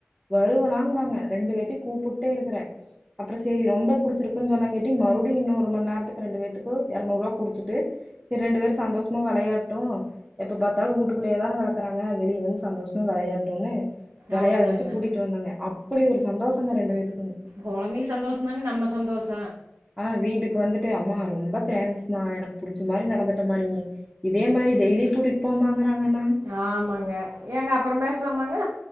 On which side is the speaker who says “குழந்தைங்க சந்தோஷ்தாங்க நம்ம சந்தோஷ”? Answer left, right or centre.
Right